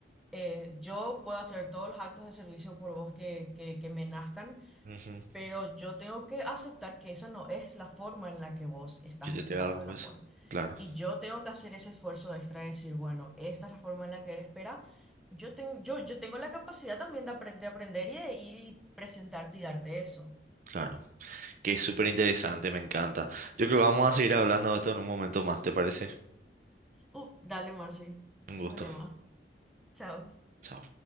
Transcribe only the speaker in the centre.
eh, yo puedo hacer todos los actos de servicio por vos que, que, que me nazcan,
pero yo tengo que aceptar que esa no es la forma en la que vos estás
esperando
el
amor.
Y yo tengo que hacer ese esfuerzo extra de decir, bueno, esta es la forma en la que él espera. Yo, tengo yo, yo tengo la capacidad también de, apre- de aprender y de ir y presentarte y darte eso.
Uf, dale, Marci, sin
problema. Chao.